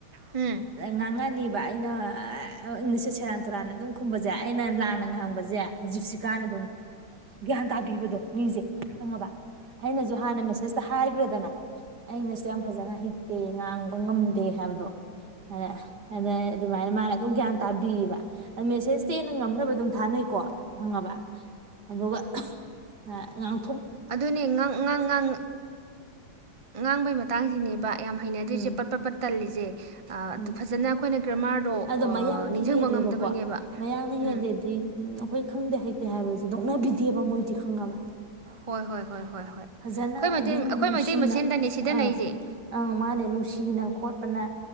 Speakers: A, on the right; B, on the right.
A: ꯎꯝ
B: ꯉꯥꯡꯉꯥꯅꯤꯕ ꯑꯩꯅ ꯏꯪꯂꯤꯁꯁꯦ ꯁꯦꯔꯥꯟ ꯇꯅꯝ ꯈꯨꯝꯕ ꯁꯦ ꯑꯩꯅ ꯂꯥꯟꯅ ꯉꯥꯡꯕꯁꯦ ꯖꯤꯞꯁꯤꯀꯥꯅ ꯑꯗꯨꯝ
A: ꯁꯤ ꯈꯪꯉꯕ
B: ꯒ꯭ꯌꯥꯟ ꯇꯥꯕꯤꯕꯗꯣ ꯃꯤꯁꯦ ꯈꯪꯉꯕ ꯑꯩꯅꯁꯨ ꯍꯥꯟꯅ ꯃꯦꯁꯦꯁꯇ ꯍꯥꯏꯈ꯭ꯔꯦꯗꯅ ꯑꯩꯅꯁꯨ ꯌꯥꯝ ꯐꯖꯅ ꯍꯩ ꯇꯦ ꯉꯥꯡꯕ ꯉꯝꯗꯦ ꯍꯥꯏꯕꯗꯣ ꯑꯗ ꯑꯗꯩ ꯑꯗꯨꯃꯥꯏꯅ ꯃꯥꯅ ꯑꯗꯨꯝ ꯒ꯭ꯌꯥꯟ ꯇꯥꯕꯤꯌꯦꯕ ꯃꯦꯁꯦꯁꯇꯤ ꯑꯩꯅ ꯉꯝꯅꯕ ꯑꯗꯨꯝ ꯊꯥꯅꯩꯀꯣ ꯈꯪꯉꯕ ꯑꯗꯨꯒ ꯍ ꯉꯥꯡ
A: ꯑꯗꯨꯅꯦ ꯉꯥꯡ ꯉꯥꯡ ꯉꯥꯡ ꯉꯥꯡꯕꯩ ꯃꯇꯥꯡꯁꯤꯅꯦꯕ ꯌꯥꯝ ꯍꯩꯅꯗ꯭ꯔꯤꯁꯦ
B: ꯎꯝ
A: ꯄꯠ ꯄꯠ ꯄꯠ ꯇꯜꯂꯤꯁꯦ
B: ꯎꯝ
A: ꯐꯖꯅ ꯑꯩꯈꯣꯏꯅ ꯒ꯭ꯔꯃꯥꯔꯗꯣ
B: ꯑꯗꯣ ꯃꯌꯥꯡꯅ
A: ꯅꯤꯡꯁꯤꯡꯕ
B: ꯍꯦꯜꯂꯦꯕꯀꯣ
A: ꯉꯝꯗꯕꯩꯅꯦꯕ
B: ꯃꯌꯥꯡꯅ
A: ꯎꯝ
B: ꯍꯦꯜꯂꯦꯗꯤ ꯎ ꯑꯩꯈꯣꯏ ꯈꯪꯗꯦ ꯍꯩꯇꯦ ꯍꯥꯏꯕ ꯅꯣꯛꯅꯕꯤꯗꯦꯕ ꯃꯣꯏꯗꯤ ꯈꯪꯉꯕ
A: ꯍꯣꯏ ꯍꯣꯏ ꯍꯣꯏ ꯍꯣꯏ
B: ꯐꯖꯅ
A: ꯑꯩꯈꯣꯏ ꯃꯩꯇꯩ
B: ꯑꯗꯨꯝ
A: ꯑꯩꯈꯣꯏ
B: ꯅꯨꯡꯁꯤꯅ
A: ꯃꯩꯇꯩ ꯃꯁꯦꯟꯗꯅꯤ ꯁꯤꯗꯅꯩꯁꯦ
B: ꯑꯥ ꯑꯥ ꯃꯥꯅꯦ ꯅꯨꯡꯁꯤꯅ ꯈꯣꯠ ꯅ